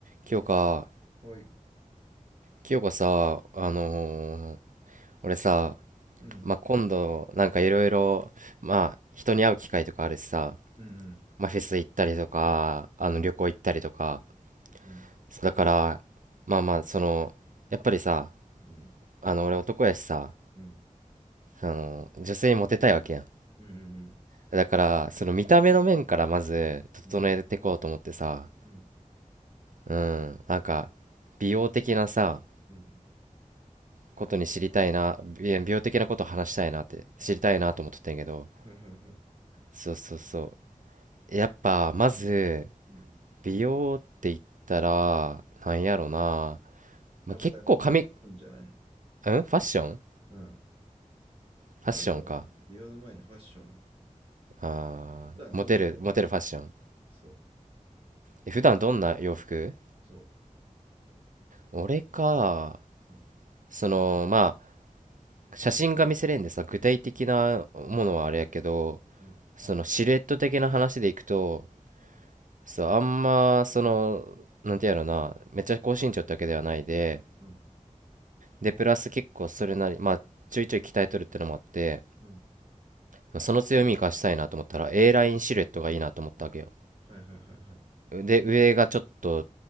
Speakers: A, on the right; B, on the right.
A: 清香、
B: はい。
A: 清香さ、あのー
B: うん、
A: 俺さ、
B: うん、
A: まあ、今度、なんかいろいろ、まあ、人に会う機会とかあるしさ、
B: うん、
A: まあ、フェス行ったりとか、あの、
B: うん、
A: 旅行行ったりとか、
B: うん、
A: そうだから、まあまあ、その、やっぱりさ、
B: うん、
A: あの、俺男やしさ、
B: うん、うん、
A: あの、女性にモテたいわけやん。
B: うん、
A: だから、その見た目の面からまず、
B: うん、
A: 整えていこうと思ってさ、
B: うん、
A: うん、なんか、美容的なさ、
B: うん
A: ことに知りたいな、美美容的なこと話したいなって、知りたいなと思っとってんけど、
B: はいはいはい。
A: そうそうそうやっぱまず
B: うん。
A: 美容って言ったらなんやろな、まあ、
B: まずはやっぱファッションじゃない。
A: 結構髪んファッション
B: うん。
A: ファッションか
B: まずは美容の前にファッションよ。
A: あーモテるモテるファッション
B: 普段どんな洋服着るそう、
A: え普段どんな洋服
B: そ
A: 俺か
B: う。うん、
A: そのまあ写真が見せれんでさ具体的なものはあれやけど
B: うん、うん、
A: そのシルエット的な話でいくとそうあんまそのなんてやろなめっちゃ高身長ってわけではないで
B: うん、
A: でプラス結構それなりまあちょいちょい鍛えとるってのもあって
B: うん。
A: まあその強み生かしたいなと思ったら A ラインシルエットがいいなと思ったわけよ
B: はいはいはいはい。
A: で上がちょっと